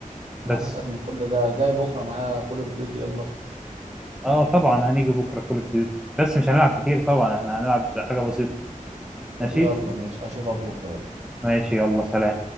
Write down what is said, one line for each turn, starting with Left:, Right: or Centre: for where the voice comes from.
Centre: بس
Right: أنا مساك من كل ده جاي بكرة معايا كول أوف ديوتي يلا
Centre: اه طبعا هنيجي بكره كول اوف ديوتي بس مش هنلعب كتير طبعا احنا هنلعب حاجه بسيطه
Right: طب
Centre: ماشي
Right: يلا ماشي هشوفك بكرة يلا
Centre: ماشي يلا سلام